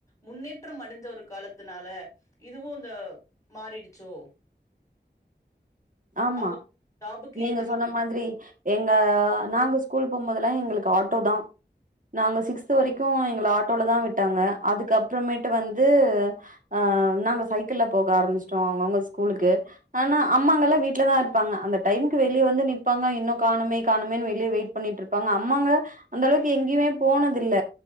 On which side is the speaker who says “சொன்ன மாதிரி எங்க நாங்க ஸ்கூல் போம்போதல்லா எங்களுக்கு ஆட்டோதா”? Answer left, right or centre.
Right